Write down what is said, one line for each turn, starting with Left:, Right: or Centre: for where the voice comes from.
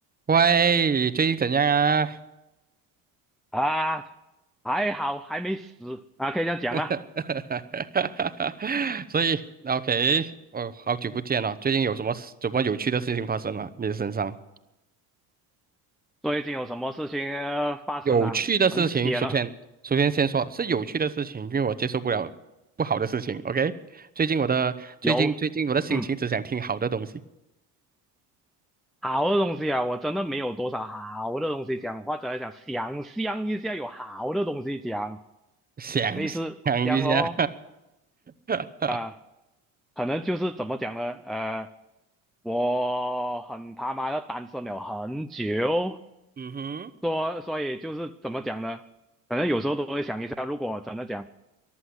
Right: 喂，最近怎样啊？
Centre: 啊，还好还没死啊，可以这样讲啦。
Right: <laughs> 所以，OK，哦，好久不见了，最近有什么什么有趣的事情发生吗？你的身上
Centre: 最近有什么事情呃发生啊？
Right: 有趣的事情，
Centre: 很险啊，
Right: 首先，首先先说是有趣的事情，因为我接受不了不好的事情。OK，最近我的最近最近我的心情只想听好的东西，
Centre: 有，嗯，好的东西啊，我真的没有多少好的东西讲，或者想想象一下有好的东西讲，
Right: 想想一下，
Centre: 类似这样咯。
Right: <laughs>
Centre: 啊，可能就是怎么讲呢？呃，我很他妈的单身了很久，
Right: 嗯哼，
Centre: 所所以就是怎么讲呢？可能有时候都会想一下，如果真的讲。